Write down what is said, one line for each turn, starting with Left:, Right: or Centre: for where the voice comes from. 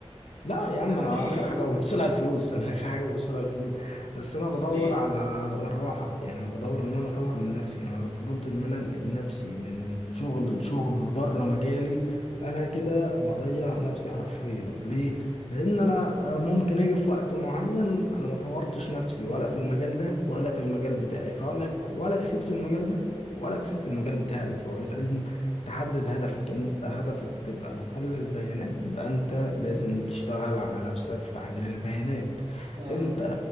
Left: لا يا عم
Right: طب
Left: انا
Right: ليه
Left: اخر
Right: ليه؟
Left: حاجه ببص لها الفلوس <laughs> انا اخر حاجه ببص لها الفلوس بس انا بدور
Right: <laughs> ليه؟
Left: على الراحه يعني انا بدور ان انا اطور من نفسي يعني انا لو فضلت ان انا انقل نفسي من شغل لشغل بره مجالي انا كده بضيع نفسي حرفيا ليه لان انا ممكن اجي في وقت معين انا ما طورتش نفسي ولا في المجال ده ولا في المجال بتاعي فولا ولا كسبت المجال ده ولا كسبت المجال بتاعي فهو انت لازم تحدد هدفك انت هدفك تبقى محلل بيانات يبقى انت
Right: <laughs>
Left: لازم تشتغل على نفسك في تحليل البيانات
Right: آه
Left: انت